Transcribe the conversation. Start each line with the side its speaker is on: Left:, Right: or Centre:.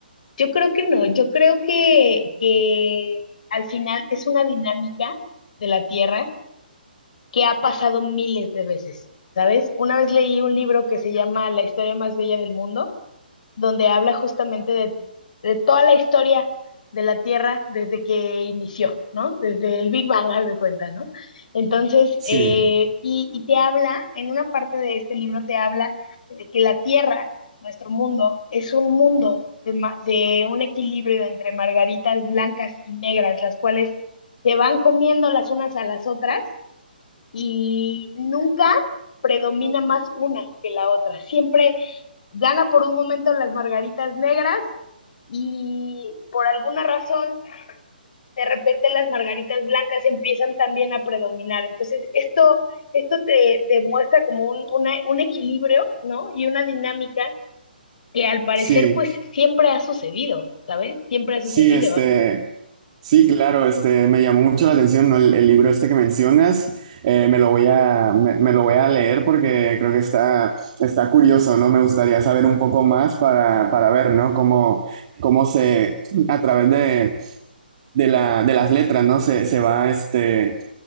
Left: Yo creo que no, yo creo que, que al final es una dinámica de la Tierra que ha pasado miles de veces, ¿sabes? Una vez leí un libro que se llama La historia más bella del mundo donde habla justamente de, de toda la historia de la Tierra desde que inició, ¿no? Desde el Big Bang, haz de cuenta, ¿no? Entonces,
Right: Sí,
Left: eh, y, y te habla, en una parte de este libro te habla de que la Tierra, nuestro mundo, es un mundo de, ma- de un equilibrio entre margaritas blancas y negras, las cuales se van comiendo las unas a las otras y nunca predomina más una que la otra. Siempre gana por un momento las margaritas negras y por alguna razón de repente las margaritas blancas empiezan también a predominar. Entonces, esto, esto te, te muestra como un, una, un equilibrio, ¿no? Y una dinámica que al parecer
Right: sí,
Left: pues siempre ha sucedido, ¿sabes? Siempre ha sucedido.
Right: sí, este, sí, claro, este, me llamó mucho la atención, ¿no? El, el libro este que mencionas, eh, me lo voy a, me, me lo voy a leer porque creo que está, está curioso, ¿no? Me gustaría saber un poco más para, para ver, ¿no? Cómo, cómo se, a través de, de la, de las letras, ¿no? Se, se va este,